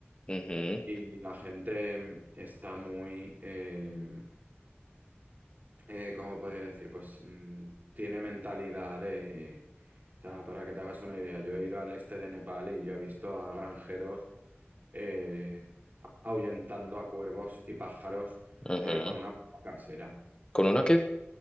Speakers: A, on the left; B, on the right.
A: Ujú,
B: y la gente em, está muy, em, eh, ¿cómo podría decir? Pues mm, tiene mentalidad de... O sea, para que te hagas una idea, yo he ido al este de Nepal y yo he visto a granjeros eh, ahuyentando a cuervos y pájaros
A: ujú.
B: eh, con una bomba casera.
A: Con una que